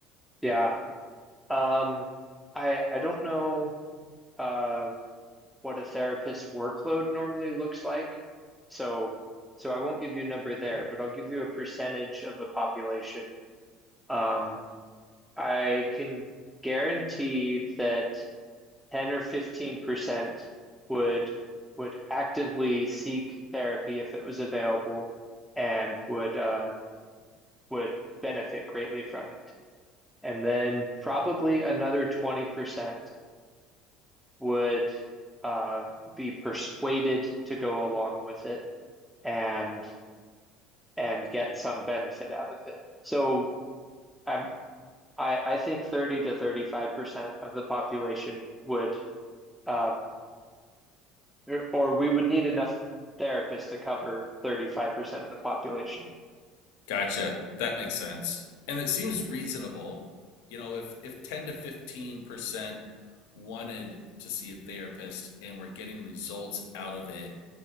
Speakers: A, in the centre; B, on the left.
A: Yeah. Um, I I don't know uh what a therapist's workload normally looks like, so so I won't give you a number there,
B: Sure.
A: but I'll give you a percentage of the population. Um, I can guarantee that 10 or 15% would would actively seek therapy if it was available and would uh, would benefit greatly from it. And then probably another 20% would uh, be persuaded to go along with it and and get some benefit out of it. So I'm I, I think 30 to 35% of the population would um, Or, or we would need enough therapists to cover 35% of the population.
B: Gotcha. That makes sense. And it seems reasonable. You know, if, if 10 to 15% wanted to see a therapist and we're getting results out of it,